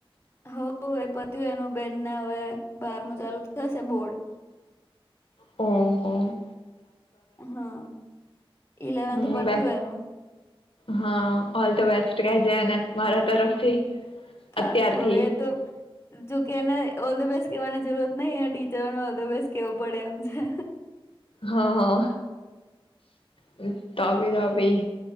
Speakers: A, on the left (about 25°); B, on the left (about 70°).
A: હ એ પતિયુ એનું બેનને અવે બારમુ ચાલુ થશે બોર્ડ
B: હમ હમ
A: હા ઇલેવન્થ
B: હમ
A: પતયુ
B: બેસ
A: એનું
B: હા ઓલ ધ બેસ્ટ કે જે એને મારા તરફથી
A: પાકકુ
B: અત્યારથી
A: એ તો જોકે એને ઓલ તો બેસ કેવાની જરૂરત નહી એ ટીચરોને ઓલ ધ બેસ્ટ કેવું પડે એમ છે.
B: હા હ તભી તભી